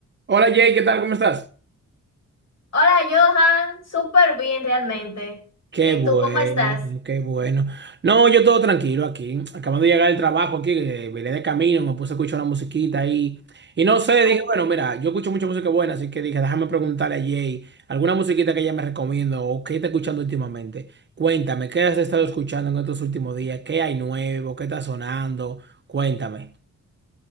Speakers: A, on the right; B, on the left.
A: Hola Jay, ¿qué tal? ¿Cómo estás?
B: Hola Johan, súper bien realmente.
A: Qué
B: ¿Y
A: bueno,
B: tú cómo estás?
A: qué bueno. No, yo todo tranquilo aquí. Acabando de llegar del trabajo aquí, eh, vine de camino, me puse a escuchar una musiquita ahí. Y no sé,
B: Ay.
A: dije, bueno, mira, yo escucho mucha música buena, así que dije, déjame preguntarle a Jay alguna musiquita que ella me recomienda o qué está escuchando últimamente. Cuéntame, ¿qué has estado escuchando en estos últimos días? ¿Qué hay nuevo? ¿Qué está sonando? Cuéntame.